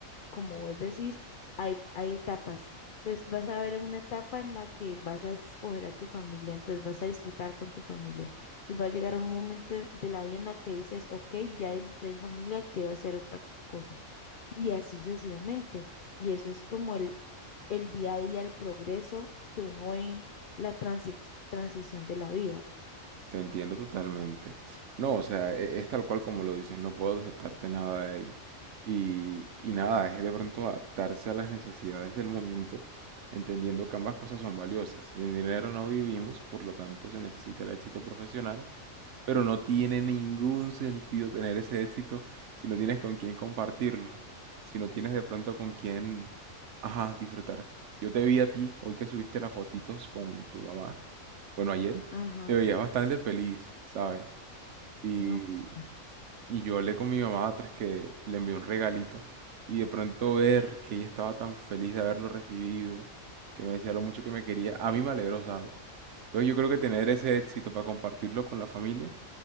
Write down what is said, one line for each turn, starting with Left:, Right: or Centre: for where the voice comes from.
Left: como vos decís, hay, hay etapas. Entonces vas a ver una etapa en la que vas a escoger a tu familia, entonces vas a disfrutar con tu familia. Entonces va a llegar un momento de la vida en la que dices, ok, ya disfruté de mi familia, quiero hacer otra cosa y así sucesivamente. Y eso es como el, el día a día, el progreso que uno ve en la transi- transición de la vida.
Right: Te entiendo totalmente. No, o sea, e- es, tal cual como lo dices, no puedo objetarte nada de ahí. Y, y nada, es de pronto adaptarse a las necesidades del momento, entendiendo que ambas cosas son valiosas. Sin dinero no vivimos, por lo tanto se necesita el éxito profesional, pero no tiene ningún sentido tener ese éxito si no tienes con quién compartirlo, si no tienes de pronto con quién, ajá, disfrutar. Yo te vi a ti hoy que subiste las fotitos con tu mamá, bueno, ayer
Left: Ajá,
Right: te veías bastante feliz, ¿sabes? Y,
Left: no, pues,
Right: y yo hablé con mi mamá tras que le envié un regalito y de pronto ver que ella estaba tan feliz de haberlo recibido, que me decía lo mucho que me quería, a mí me alegró, ¿sabes? Entonces yo creo que tener ese éxito para compartirlo con la familia